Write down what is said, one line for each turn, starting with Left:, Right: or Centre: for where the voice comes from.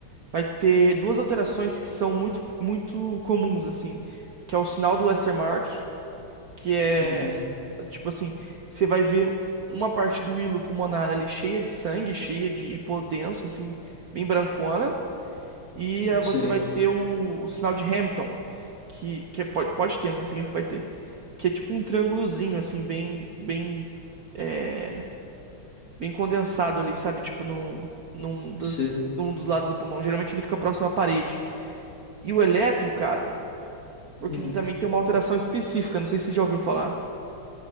Right: vai ter duas alterações que são muito, muito comuns, assim. Que é o sinal do Westermarck, que é,
Left: Uhum.
Right: tipo assim, você vai ver uma parte do hilo pulmonar ali cheia de sangue, cheia de hipodensa, assim, bem brancona. E ah, você
Left: Sim,
Right: vai ter o, o sinal de Hampton, que, que é- pode, pode ter, né? não significa que vai ter. Que é tipo um triângulozinho, assim, bem, bem, é, bem condensado ali, sabe? Tipo num, num, das,
Left: sim.
Right: num dos lados do pulmão. Geralmente ele fica próximo à parede. E o eletro, cara, porque
Left: Hum.
Right: ele também tem uma alteração específica, não sei se você já ouviu falar.